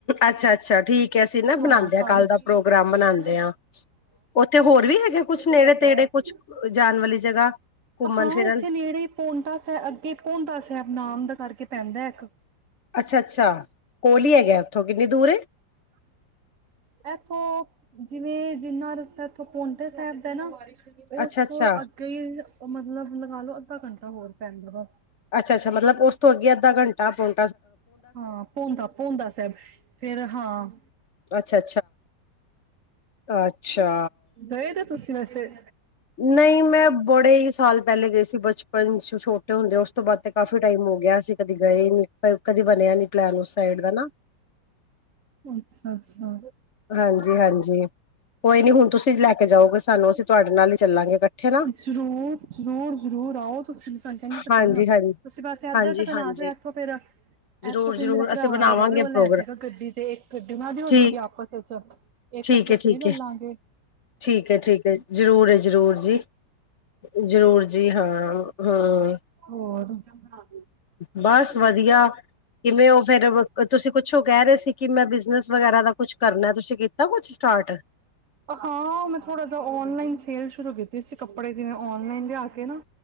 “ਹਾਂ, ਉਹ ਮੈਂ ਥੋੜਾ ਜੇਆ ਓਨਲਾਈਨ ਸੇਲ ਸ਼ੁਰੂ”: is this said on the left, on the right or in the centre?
Right